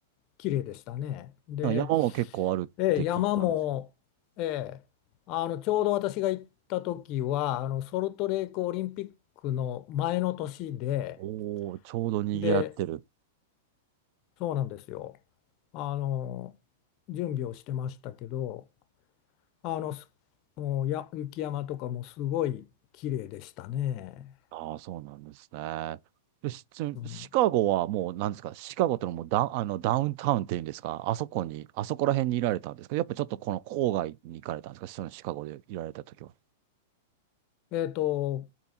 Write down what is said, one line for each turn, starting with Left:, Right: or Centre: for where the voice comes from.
Left: 綺麗でしたね。で
Right: なんか山も結構あるって聞いたんですよ。
Left: ええ、山も、ええ、あのちょうど私が行った時はあのソルトレークオリンピックの前の年で、
Right: おー、ちょうど賑わってる。
Left: で、そうなんですよ。あの準備をしてましたけど、あのすもうや雪山とかもすごい綺麗でしたね。
Right: ああ、そうなんですね。で、しシカゴはもう、
Left: うん、
Right: なんですか、シカゴってのはもうダウン、あの、ダウンタウンっていうんですか、あそこに、あそこら辺にいられたんですか、やっぱちょっとこの郊外に行かれたんですか、そのシカゴでいられた時は。
Left: えっと